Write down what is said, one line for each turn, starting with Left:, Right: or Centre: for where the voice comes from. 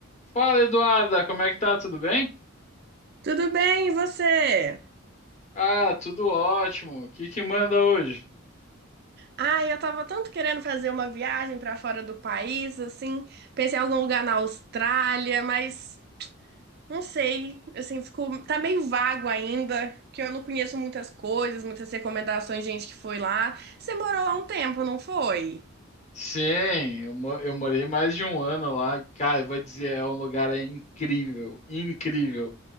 Left: Fala, Eduarda, como é que tá? Tudo bem?
Right: Tudo bem, e você?
Left: Ah, tudo ótimo. O que que manda hoje?
Right: Ai, eu tava tanto querendo fazer uma viagem pra fora do país, assim, pensei em algum lugar na Austrália, mas não sei, assim, ficou, tá meio vago ainda, que eu não conheço muitas coisas, muitas recomendações de gente que foi lá. Você morou lá um tempo, não foi?
Left: Sim, eu, mo- eu morei mais de um ano lá. Cara, eu vou dizer, é um lugar é incrível, incrível.